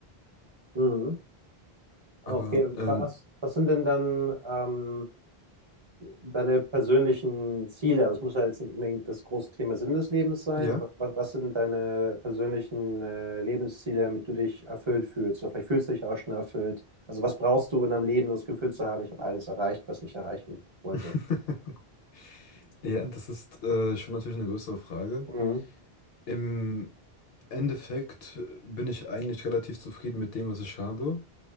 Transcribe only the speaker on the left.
Aber
ähm,
ja,
<laughs> ja, das ist äh, schon natürlich eine größere Frage.
Im Endeffekt bin ich eigentlich relativ zufrieden mit dem, was ich habe.